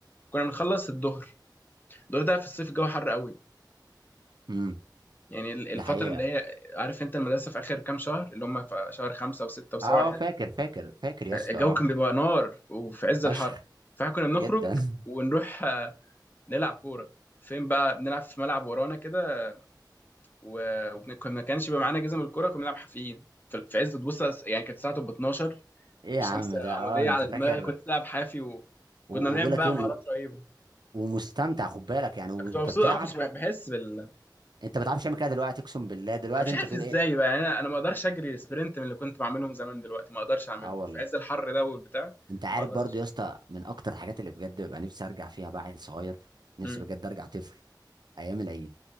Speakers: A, on the left; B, on the right.
A: كنا بنخلص الظهر الظهر ده في الصيف الجو حر قوي
B: هي
A: يعني ال- الفتره
B: ده حقيقة
A: اللي هي عارف انت المدرسه في اخر كام شهر اللي هم في شهر خمسة وستة وسبعة
B: اه
A: وحاجة.
B: آه، فاكر فاكر فاكر يا
A: الجو
B: اسطى اه
A: كان بيبقى نار وفي عز
B: فشخ
A: الحر فاحنا كنا بنخرج
B: جدا <laughs>
A: ونروح آه، نلعب كوره فين بقى بنلعب في ملعب ورانا كده و- وكنا ما كانش بيبقى معانا جزم الكوره كنا بنلعب حافيين في في عز تبص على- يعني كانت الساعه تبقى 12
B: ايه يا
A: الشمس
B: عم ده
A: عموديه
B: اه انت
A: على
B: فاكر
A: دماغي كنت بلعب حافي وكنا
B: و-
A: بنعمل
B: وبقول لك
A: بقى
B: ايه وم-
A: مهارات رهيبه
B: ومستمتع خد بالك يعني وانت
A: كنت مبسوط
B: بتلعب
A: انا ما كنتش بحس بال
B: انت ما بتعرفش تعمل كده دلوقتي اقسم بالله دلوقتي
A: انا مش
B: انت
A: عارف
B: تقول
A: ازاي
B: ايه
A: بقى يعني انا انا ما اقدرش اجري سبرنت من اللي كنت بعملهم زمان دلوقتي ما اقدرش اعمله
B: اه والله
A: في عز الحر ده والبتاع
B: انت عارف
A: ما اقدرش
B: برضو يا اسطى من اكتر الحاجات اللي بجد ببقى نفسي ارجع فيها بقى عيل صغير نفسي
A: امم
B: بجد ارجع طفل ايام العيد